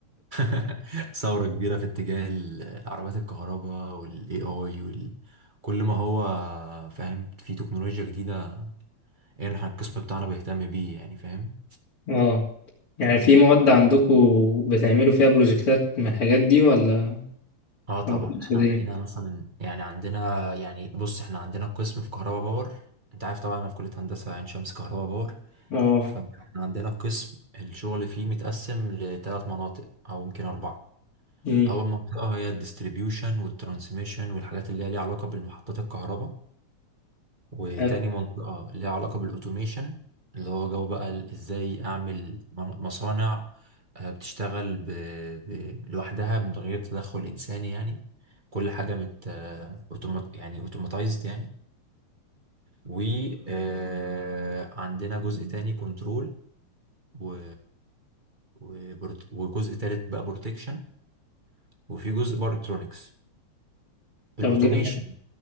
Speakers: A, on the right; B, on the left.
A: <laughs> ثوره كبيره في اتجاه ال- العربيات الكهرباء والاي اي وال... كل ما هو فاهم في تكنولوجيا جديده ايه احنا القسم بتاعنا بيهتم بيه يعني فاهم
B: اه يعني في مواد عندكم بتعملوا فيها بروجكتات من الحاجات دي ولا
A: اه طبعا
B: ولا تقصد
A: احنا
B: ايه
A: عندنا مثلا يعني عندنا يعني بص احنا عندنا قسم في كهرباء باور انت عارف طبعا انا في كلية هندسة عين شمس كهرباء باور
B: اه
A: فاحنا عندنا قسم الشغل فيه متقسم لثلاث مناطق او يمكن اربعة
B: امم
A: اول منطقة هي الديستريبيوشن والترانسميشن والحاجات اللي هي ليها علاقة بالمحطات الكهرباء وتاني
B: حلو
A: منطقة ليها علاقة بالأوتوميشن اللي هو جو بقى ال- إزاي أعمل من- مصانع آه، بتشتغل ب... ب... لوحدها من غير تدخل إنساني يعني كل حاجة مت آه، أوتوما... يعني أوتوماتايزد يعني وعندنا جزء تاني كنترول و... وبروت... وجزء تالت بقى بروتكشن وفي جزء باركترونكس
B: طب
A: الأوتوميشن
B: جامد